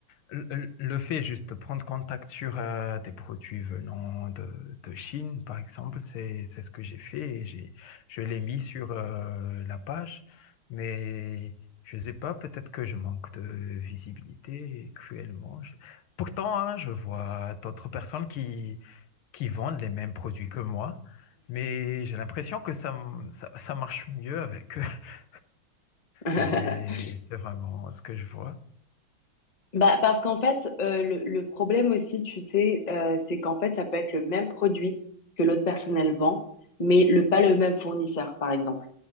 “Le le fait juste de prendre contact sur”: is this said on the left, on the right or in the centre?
Left